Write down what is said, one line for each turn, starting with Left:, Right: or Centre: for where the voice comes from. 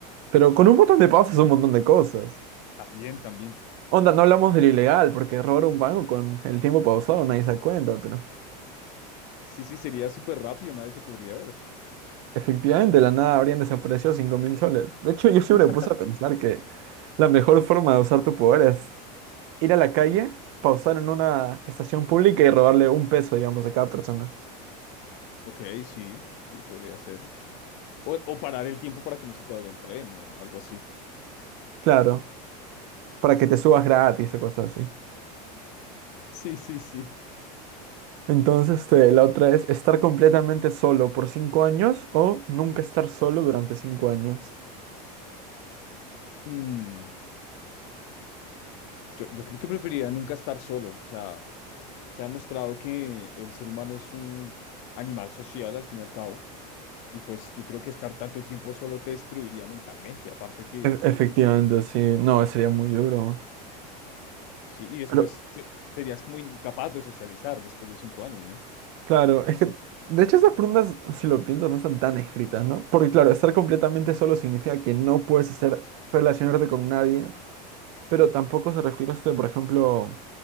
Right: Pero con un botón de pausa es un montón de cosas.
Left: también, también.
Right: Onda, no hablamos del ilegal, porque robar un banco con el tiempo pausado nadie se da cuenta, pero
Left: Sí, sí, sería súper rápido, nadie te podría ver.
Right: efectivamente de la nada habrían desaparecido cinco mil soles. De hecho, yo siempre
Left: <laughs>
Right: me puse a pensar que la mejor forma de usar tu poder es ir a la calle, pausar en una estación pública y robarle un peso, digamos, a cada persona.
Left: Ok, sí, sí, podría ser. O, o parar el tiempo para que no se te vaya el tren o algo así.
Right: Claro, para que te subas gratis o cosas así.
Left: Sí, sí, sí.
Right: Entonces,
Left: Eh,
Right: este, la otra es estar completamente solo por cinco años o nunca estar solo durante cinco años.
Left: mm, yo, yo creo que preferiría nunca estar solo. O sea, se ha demostrado que el ser humano es un animal social al fin y al cabo. Y pues yo creo que estar tanto tiempo solo te destruiría mentalmente. Aparte que
Right: E- efectivamente, sí. No, sería muy duro.
Left: Sí, y después
Right: Pero,
Left: te- serías como incapaz de socializar después de cinco años, ¿no?
Right: claro, es que, de hecho, esas preguntas, si lo piensas, no están tan escritas, ¿no? Porque, claro, estar completamente solo significa que no puedes hacer, relacionarte con nadie, pero tampoco se refiere a esto, de, por ejemplo,